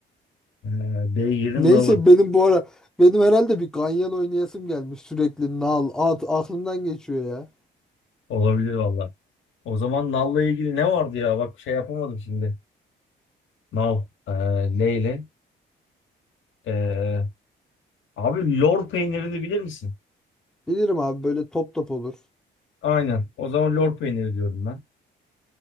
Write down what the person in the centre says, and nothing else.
Neyse
benim bu ara benim herhalde bir ganyan oynayasım gelmiş sürekli nal, at aklımdan geçiyor ya.
Bilirim abi böyle top top olur.